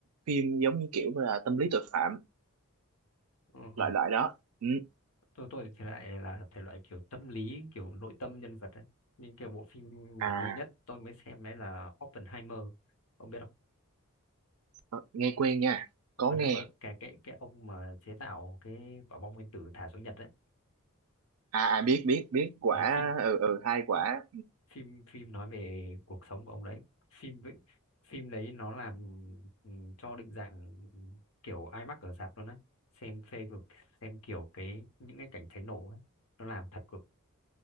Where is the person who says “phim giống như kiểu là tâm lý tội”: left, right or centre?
Right